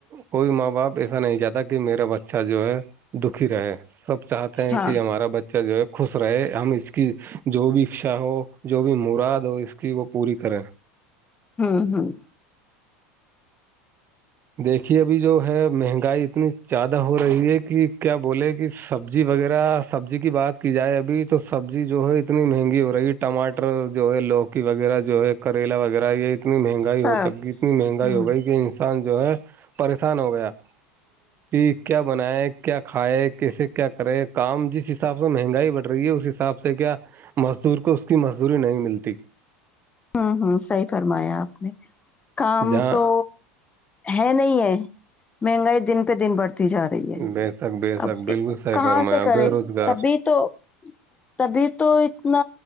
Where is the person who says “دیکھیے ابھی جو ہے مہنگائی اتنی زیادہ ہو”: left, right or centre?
Right